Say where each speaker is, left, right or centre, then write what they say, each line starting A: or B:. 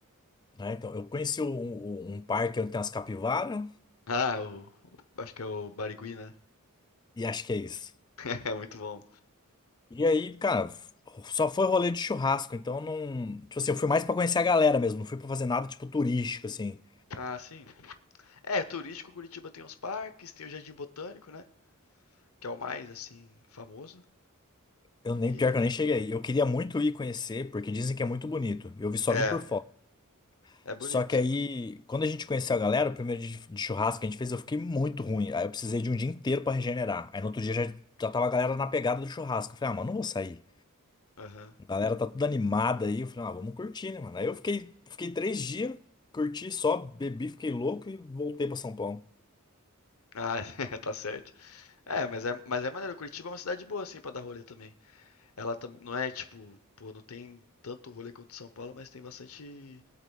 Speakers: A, on the left; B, on the left.
A: né? Então, eu conheci um, um um parque onde tem umas capivaras
B: Ah, o... o- acho que é o Barigui, né?
A: e acho que é isso.
B: <laughs> É muito bom.
A: E aí, cara, f- só foi rolê de churrasco. Então, não. Tipo assim, eu fui mais pra conhecer a galera mesmo. Não fui pra fazer nada, tipo, turístico, assim.
B: Ah, sim. É, turístico Curitiba tem os parques, tem o Jardim Botânico, né? Que é o mais assim famoso
A: Eu nem,
B: e
A: pior que eu nem cheguei aí. Eu queria muito ir conhecer, porque dizem que é muito bonito. Eu vi, só
B: é,
A: vi por foto.
B: é bonito.
A: Só que aí, quando a gente conheceu a galera, o primeiro dia de churrasco que a gente fez, eu fiquei muito ruim. Aí eu precisei de um dia inteiro pra regenerar. Aí no outro dia já, já tava a galera na pegada do churrasco. Eu falei, ah, mano, não vou sair.
B: Aham.
A: A galera tá tudo animada aí. Eu falei, ah, vamos curtir, né, mano? Aí eu fiquei, fiquei três dias, curti só, bebi, fiquei louco e voltei pra São Paulo.
B: Ah, <laughs> tá certo. É, mas é mas é maneiro, Curitiba é uma cidade boa, assim, pra dar rolê também. Ela tam não é tipo, pô, não tem tanto rolê quanto São Paulo, mas tem bastante